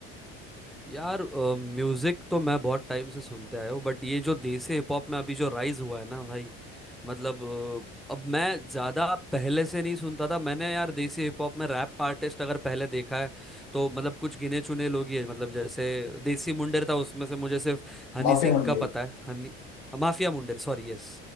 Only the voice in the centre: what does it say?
यार म्यूजिक तो मैं बहुत टाइम से सुनते आया हूँ बट ये जो देसी हिप हॉप में अभी जो राइज हुआ है ना भाई मतलब अ, अब मैं ज्यादा पहले से नहीं सुनता था मैंने यार देसी हिप हॉप में रैप आर्टिस्ट अगर पहले देखा है तो मतलब कुछ गिने चुने लोग ही है मतलब जैसे देसी मुंडेर था उसमें से मुझे सिर्फ हनी
सिंह
का
पता है Honey Mafia Mundeer sorry yes